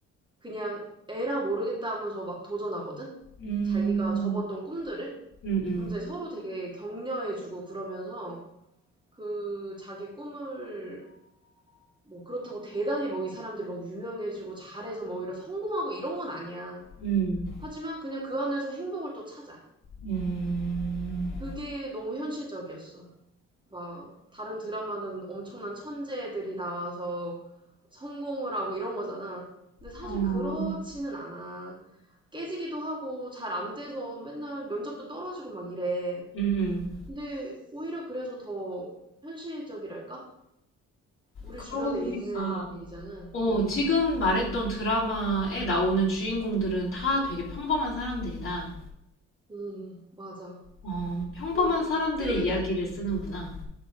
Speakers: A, on the right; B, on the left.
A: 그냥 에라 모르겠다 하면서 막 도전하거든?
B: 음,
A: 자기가 접었던 꿈들을?
B: 음, 음,
A: 그럼 이제 서로 되게 격려해주고 그러면서 그 자기 꿈을 뭐 그렇다고 대단히 뭐 이 사람들이 막 유명해지고 잘해서 뭐 이런 성공하고 이런 건 아니야.
B: 음,
A: 하지만 그냥 그 안에서 행복을 또 찾아.
B: 음,
A: 그게 너무 현실적이었어. 막 다른 드라마는 엄청난 천재들이 나와서 성공을 하고 이런 거잖아. 근데 사실
B: 어, 음,
A: 그렇지는 않아. 깨지기도 하고 잘 안 돼서 맨날 면접도 떨어지고 막 이래.
B: 음.
A: 근데 오히려 그래서 더 현실적이랄까? 우리
B: 그러고
A: 주변에
B: 보니까,
A: 있는 일이잖아.
B: 어,
A: 어.
B: 지금 말했던 드라마에 나오는 주인공들은 다 되게 평범한 사람들이다.
A: 음, 맞아.
B: 어, 평범한
A: 뭐,
B: 사람들의
A: 특별히,
B: 이야기를 쓰는구나.